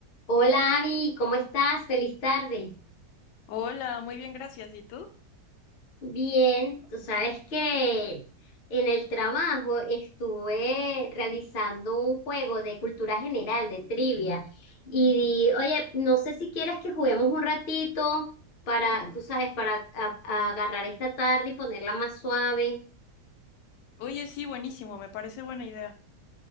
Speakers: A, on the left; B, on the left.
A: Hola Abby, ¿cómo estás? Feliz tarde.
B: Hola, muy bien, gracias. ¿Y tú?
A: Bien, tú sabes que en el trabajo estuve realizando un juego de cultura general, de trivia, y di- oye, no sé si quieres que juguemos un ratito para, tú sabes, para a- a agarrar esta tarde y ponerla más suave.
B: Oye, sí, buenísimo, me parece buena idea.